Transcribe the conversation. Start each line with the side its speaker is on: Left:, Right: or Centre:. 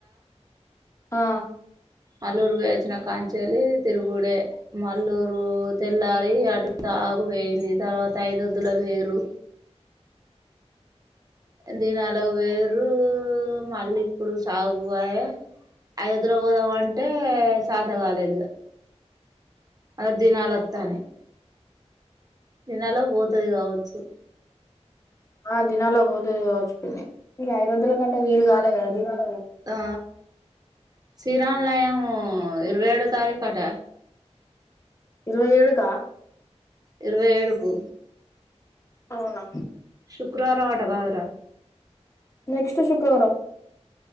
Left: ఆ
Right: మల్లూరు పోయచ్చిన కాంచెలి తిరుగుడే మల్లూరు తెల్లారి అటు తాగుపోయింది తర్వాత ఐదొద్దుల వొయుర్రు దినాలకు వొయుర్రు ఊ మళ్ళీ ఇప్పుడు సావుకు పాయె ఐదుద్దులో పోదామంటే శాత కాలేదిగా అ దినాలు అత్తానయ్ దినాలకు పోతది కావచ్చు
Left: ఆ దినాల పోతది కావచ్చు పిన్ని ఇగ ఐదోద్దులు కంటే వీలు కాలే కదా దినల
Right: ఆ శ్రీరామనయం ఇరవై ఏడు తారీక్ అట
Left: ఇరవై ఏడు కా
Right: ఇరవై ఏడు కు
Left: అవున
Right: శుక్రవారం అట కాదురా
Left: నెక్స్ట్ శుక్రవారం